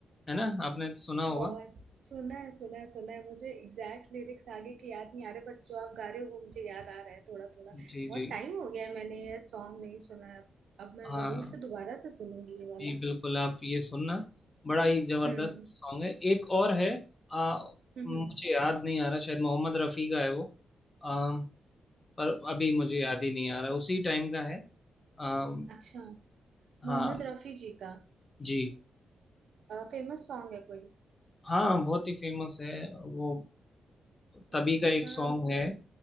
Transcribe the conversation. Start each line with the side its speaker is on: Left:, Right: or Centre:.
Left: है ना आपने तो सुना होगा
Right: बहुत सुना है सुना है सुना है मुझे एग्जैक्ट लिरिक्स आगे की याद नहीं आ रहे बट जो आप गा रहे हो वो मुझे याद आ रहा है थोड़ा थोड़ा
Left: जी
Right: बहुत
Left: जी
Right: टाइम हो गया है मैंने ये सॉन्ग नहीं सुना है अब मैं
Left: हाँ
Right: जरूर से दोबारा से सुनूंगी ये वाला
Left: जी बिल्कुल आप ये सुनना बड़ा ही जबरदस्त
Right: हम्म
Left: सॉन्ग है एक और है आ,
Right: हम्म
Left: मुझे याद नहीं आ रहा शायद मोहम्मद रफ़ी का है वो आ, पर अभी मुझे याद ही नहीं आ रहा उसी टाइम का है आ,
Right: अच्छा
Left: हाँ
Right: मोहम्मद रफी जी का
Left: जी
Right: फेमस सॉन्ग है कोई
Left: हाँ बहुत ही फेमस है वो तभी
Right: अच्छा
Left: का एक सॉन्ग है